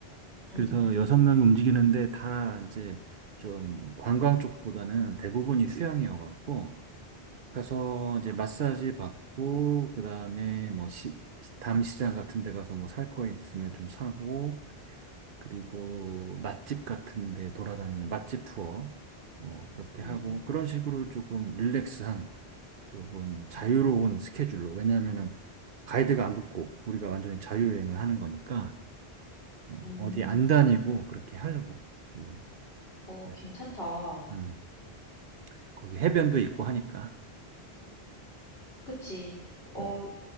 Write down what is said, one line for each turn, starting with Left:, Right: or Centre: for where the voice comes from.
Left: 응,
Right: 그래서 여섯 명이 움직이는데 다 이제 좀 관광 쪽보다는 대부분이 수영이어갖고 가서 이제 마사지 받고 그다음에 뭐 시, 담시장 같은 데 가서 뭐 살 거 있으면 좀 사고 그리고 맛집 같은 데 돌아다니는 맛집 투어 뭐 그렇게
Left: 응,
Right: 하고 그런 식으로 조금 릴렉스한 조금 자유로운 스케줄로. 왜냐하면은 가이드가 안 붙고 우리가 완전히 자유여행을 하는 거니까 어,
Left: 음,
Right: 어디 안 다니고 그렇게 하려고. 음,
Left: 어,
Right: 네.
Left: 괜찮다. 어,
Right: 음, 거기 해변도 있고 하니까.
Left: 그치. 어,
Right: 음.